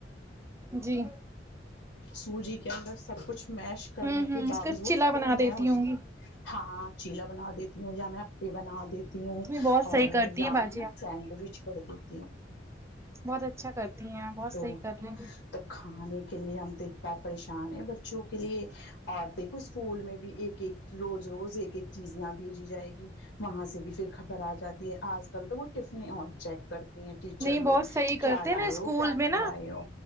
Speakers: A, on the right (about 15°); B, on the left (about 75°).
A: جی
B: سوجی کے اندر سب کچھ اش کرنے
A: ہوں ہوں
B: کے باوجود
A: اس کا چلا بنا
B: پھر میں
A: دیتی
B: اس
A: ہوں
B: کو
A: گی
B: ہاں چیلا بنا دیتی ہوں یا میں پے بنا دیتی ہوں
A: نہیں بہت صحیح
B: اور
A: کرتی
B: یا
A: ہیں باجی
B: میں نا
A: آپ
B: سینڈوچ کر دی <unintelligible>
A: بہت اچھا کرتی ہیں بہت
B: تو
A: صحیح کر لیں
B: تو کھانے کے لیے ہم دت تا پریشان ہیں بچوں کو کے لیے اور دیکھو اسکول میں بھی ایک ایک روز روز ایک ایک چیز نہ بھیجی جائے گی وہاں سے بھی پھر خبر آ جاتی ہے آج کل تو وہ ٹفنی اور چیک کرتی ہیں ٹیچر
A: نہیں بہت
B: لوگ
A: صحیح کرتے
B: کیا لا
A: ہیں نا اسکول
B: ہو کیا
A: میں
B: نہ
A: نا
B: لا ہو